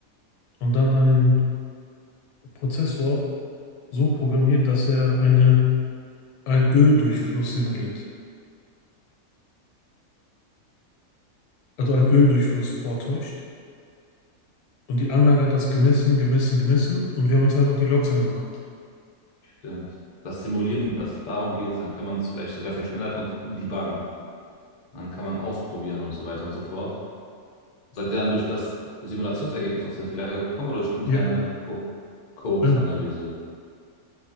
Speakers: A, on the left; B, on the left.
A: und dann einen Prozessor so programmiert, dass er eine, einen Öldurchfluss simuliert. Also einen Öldurchfluss vortäuscht. Und die Anlage hat das gemessen, gemessen, gemessen und wir haben uns einfach die Logs angeguckt.
B: Stimmt. Das Simulieren, das darum geht, dann kann man es vielleicht sogar verschnellert und debuggen. Dann kann man ausprobieren und so weiter und so fort. Seid ihr dann durch das Simulationsergebnis auf seinen Fehler gekommen oder durch interne
A: Ja.
B: Co Code-Analyse?
A: Dann,